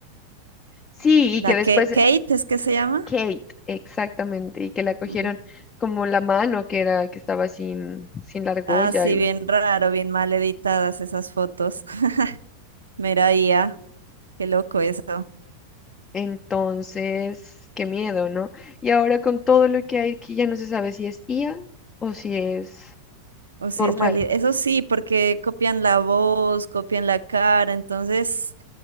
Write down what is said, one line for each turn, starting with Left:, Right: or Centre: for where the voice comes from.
Left: Sí,
Right: La
Left: y que después
Right: que Kate es que se llama.
Left: Kate, exactamente, y que la cogieron
Right: Mm.
Left: como la mano que era, que estaba sin, sin la argolla.
Right: Ah, sí,
Left: algo.
Right: bien raro, bien mal editadas esas fotos. <laughs> Mera IA. Qué loco eso.
Left: Entonces, qué miedo, ¿no? Y ahora con todo lo que hay aquí ya no se sabe si es IA o si es
Right: O si
Left: normal.
Right: es realidad. Eso sí, porque copian la voz, copian la cara. Entonces,